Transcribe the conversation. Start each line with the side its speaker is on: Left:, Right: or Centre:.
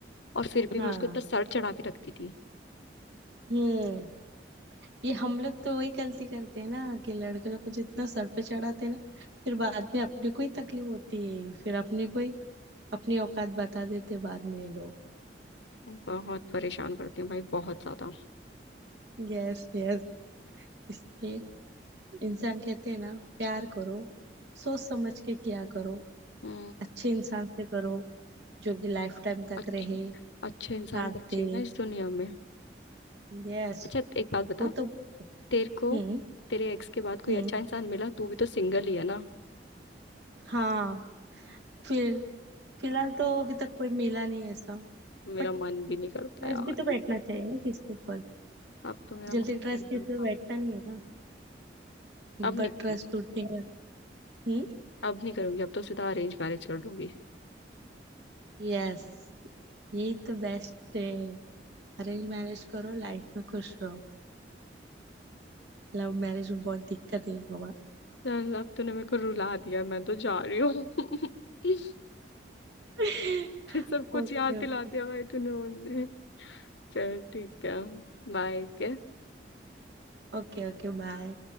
Left: और फिर भी
Right: हाँ।
Left: मैं उसको इतना सर चढ़ा के रखती थी
Right: हम्म ये हम लोग तो वही गलती करते हैं ना कि लड़के लोग को जितना सर पे चढ़ाते हैं ना फिर बाद में अपने को ही तकलीफ होती है फिर अपने को ही अपनी औकात बता देते हैं बाद में ये लोग
Left: बहुत परेशान करती हूँ भाई बहुत ज्यादा
Right: यस यस इसलिए इंसान कहते हैं ना प्यार करो सोच समझ के किया करो
Left: हम्म
Right: अच्छे इंसान से करो जो कि लाइफ टाइम तक
Left: अच्छे
Right: रहे
Left: अच्छे
Right: साथ
Left: इंसान बचे
Right: दे
Left: हैं इस दुनिया में
Right: यस
Left: अच्छा एक बात बता
Right: वो तो
Left: तेरे को
Right: हम्म
Left: तेरे एक्स के बाद कोई
Right: हम्म
Left: अच्छा इंसान मिला तू भी तो सिंगल ही है ना
Right: हाँ फिर फिलहाल तो अभी तक कोई मिला नहीं है ऐसा
Left: मेरा
Right: बट
Left: मन भी नहीं करता
Right: ट्रस्ट
Left: यार
Right: भी तो बैठना चाहिए ना किसके ऊपर
Left: अब तो मेरा
Right: जल्दी
Left: मन
Right: ट्रस्ट
Left: भी नहीं करता
Right: किसी पे बैठता नहीं है ना एक
Left: अब
Right: बार
Left: नहीं करूंगी
Right: ट्रस्ट टूटने का हम्म
Left: अब नहीं करूंगी अब तो सीधा अरेंज मैरिज कर लूंगी
Right: यस यही तो बेस्ट है अरेंज मैरिज करो लाइफ में खुश रहो लव मैरिज में बहुत दिक्कत है बाबा
Left: चल अब तूने मेरे को रुला दिया मैं तो जा रही हूँ <laughs>
Right: <laughs>
Left: ये सब कुछ
Right: ओके
Left: याद दिला
Right: Okay
Left: दिया भाई तूने मुझे चल ठीक है बाय के।
Right: okay Okay bye